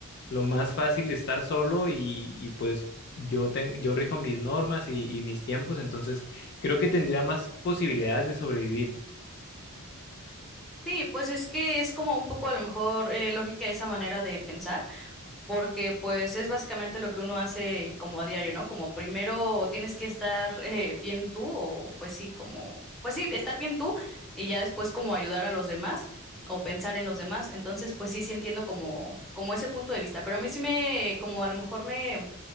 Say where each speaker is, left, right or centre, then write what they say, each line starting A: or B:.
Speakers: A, on the left (about 45°); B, in the centre.
A: lo más fácil estar solo y, y pues yo, ten- yo rijo mis normas y, y mis tiempos, entonces creo que tendría más posibilidades de sobrevivir.
B: Sí, pues es que es como un poco a lo mejor eh, lógica esa manera de pensar, porque pues es básicamente lo que uno hace como a diario, ¿no? Como primero tienes que estar eh, bien tú o pues sí, como, pues sí, estar bien tú y ya después como ayudar a los demás o pensar en los demás. Entonces, pues sí, sí entiendo como, como ese punto de vista, pero a mí sí me, como a lo mejor me